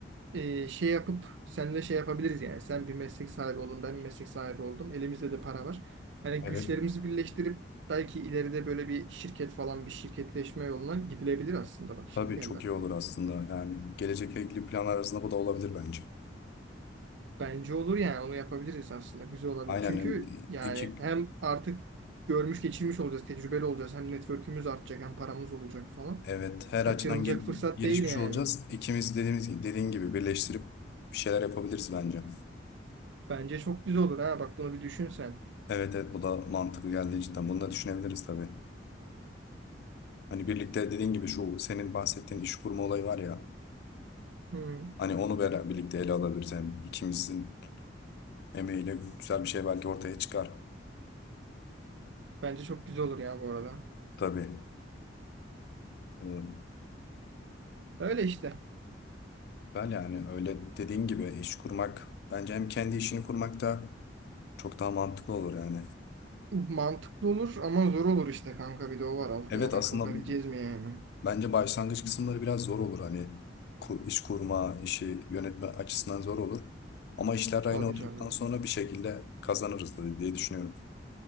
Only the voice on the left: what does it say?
Evet.
Tabii
çok
iyi olur aslında. Yani gelecekle ilgili planlar arasında bu da olabilir bence.
Aynen
iki
evet her
açıdan gel-
gelişmiş
olacağız. İkimiz dediğimiz gibi- dediğin gibi birleştirip bir şeyler yapabiliriz bence.
Evet evet bu da mantıklı geldi cidden. Bunu da düşünebiliriz tabii. Hani birlikte dediğin gibi şu senin bahsettiğin iş kurma olayı var ya.
Hani onu beraber birlikte ele alabiliriz. Hem ikimizin emeğiyle güzel bir şey belki ortaya çıkar.
Tabii. Ee,
Ben yani öyle dediğin gibi iş kurmak bence hem kendi işini kurmak da çok daha mantıklı olur yani.
Evet aslında
Bence başlangıç kısımları biraz zor olur. Hani ku- iş kurma, işi yönetme açısından zor olur. Ama işler
rayına oturduktan
sonra bir şekilde kazanırız tabii diye düşünüyorum.